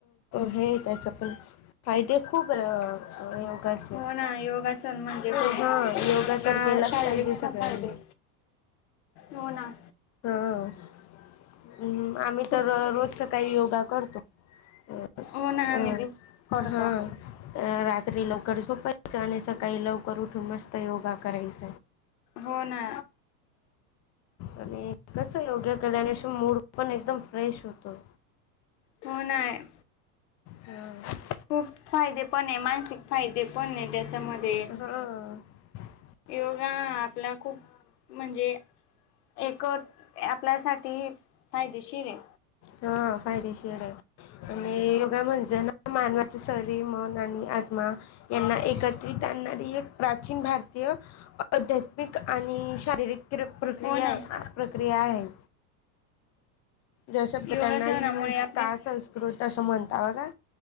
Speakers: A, on the left; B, on the left.
A: हे त्याचा पण फायदे खूप. योगाचे
B: हो ना योगासन म्हणजे
A: ना
B: खूप
A: हां
B: आपला
A: योगा तर केलाच
B: शारीरिक
A: पाहिजे सगळ्यांनी
B: फायदे. हो ना.
A: ह् आम्ही
B: खूप
A: तर रोज सकाळी योगा करतो. अ
B: हो ना आम्ही बी करतो
A: हा. राात्री लवकर झोपायच आणि सकाळी लवकर उठून मस्त योगा कयच.
B: हो ना.
A: आणिच योगा केल्यानेिश मूड पण एकदम फ्रेश होतो.
B: पना आहे.
A: ह.
B: खूप फायदे पण आहे मानसिक फायदे पण आहे त्याच्यामध्ये
A: ह
B: योगा आपला खूप म्हणजे एक आपल्यासाठी फायदेशीर आहे
A: हा फायदेशीर आहे आणि योगा म्हणजे ना मानवाचं शरीर मन आणि आत्मा यांना एकत्रित आणणारी एक प्राचीन भारतीय अध्यात्मिक आणि शारीरिक क प्रक्रिया
B: हो ना
A: आहे प्रक्रिया आहे ज्या शब्द
B: योगासनामुळे
A: त्यांना यूज
B: आपले
A: का संस्कृत असं म्हणतावा का